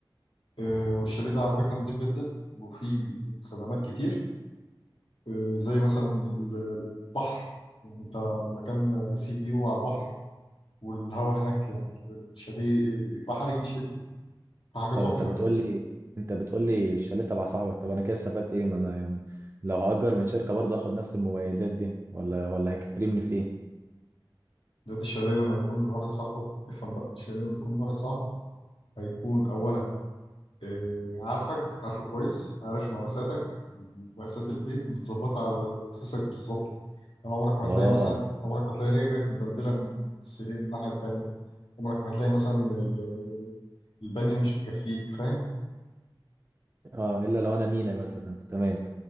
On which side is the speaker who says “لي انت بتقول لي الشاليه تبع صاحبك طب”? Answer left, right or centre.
Right